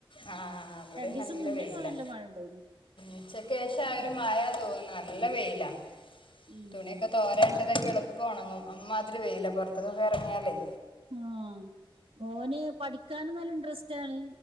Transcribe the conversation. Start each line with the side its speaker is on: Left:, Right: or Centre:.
Left: ആ ഇവിടെയും
Right: രണ്ടു ദിവസം
Left: നല്ല
Right: മുന്നേക്കെ
Left: വെയിലാ
Right: നല്ല മഴ ഇണ്ടായിരുന്നു
Left: ഉച്ചക്ക് ശേഷം ആ ഒരു മായ തോന്നുന്നു നല്ല വേയില
Right: ഉം.
Left: തുണിയൊക്കെ തോരണ്ടതൊക്കെ എളുപ്പം ഉണങ്ങും അ്മാതിരി വെയില്ല പുറത്തക്കൊക്കെ ഇറങ്ങിയാലേ
Right: ആഹ് ഓന് പഠിക്കാനും നല്ല ഇൻറ്രസ്റ്റ് ആണ്